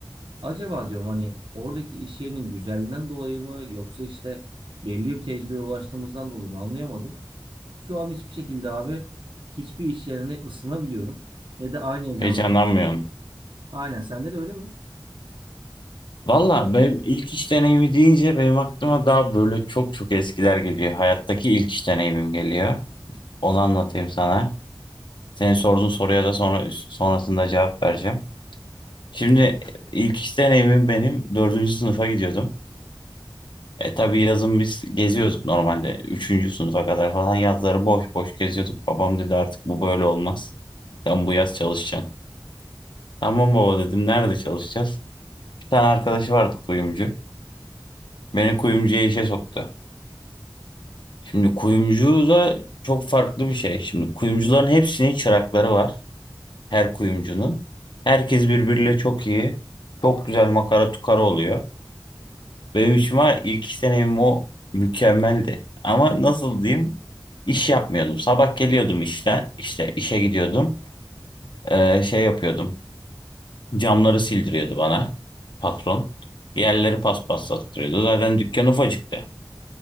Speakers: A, on the right; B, on the left.
A: acaba diyorum hani oradaki iş yerinin güzelliğinden dolayı mı yoksa işte belli bir tecrübeye ulaştığımızdan dolayı mı anlayamadım. Şu an hiçbir şekilde abi hiçbir iş yerine ısınabiliyorum. Ne de aynı heyecanla
B: Heyecanlanmıyorsun.
A: çalışabiliyorum. Aynen sende de öyle mi?
B: Valla ben ilk iş deneyimi deyince benim aklıma daha böyle çok çok eskiler geliyor. Hayattaki ilk iş deneyimim geliyor. Onu anlatayım sana. Senin sorduğun soruya da sonra sonrasında cevap vereceğim. Şimdi ilk iş deneyimim benim dördüncü sınıfa gidiyordum. E tabii yazın biz geziyorduk normalde. Üçüncü sınıfa kadar falan yazları boş boş geziyorduk. Babam dedi artık bu böyle olmaz. Sen bu yaz çalışacaksın. Tamam baba dedim nerede çalışacağız? Bir tane arkadaşı vardı kuyumcu. Beni kuyumcuya işe soktu. Şimdi kuyumcu da çok farklı bir şey. Şimdi kuyumcuların hepsinin çırakları var. Her kuyumcunun. Herkes birbiriyle çok iyi. Çok güzel makara tukara oluyor. Benim için var ilk iş deneyimim o mükemmeldi. Ama nasıl diyeyim? İş yapmıyordum. Sabah geliyordum işten. işte işe gidiyordum. Ee, şey yapıyordum. Camları sildiriyordu bana patron. Yerleri paspaslattırıyordu. Zaten dükkan ufacıktı.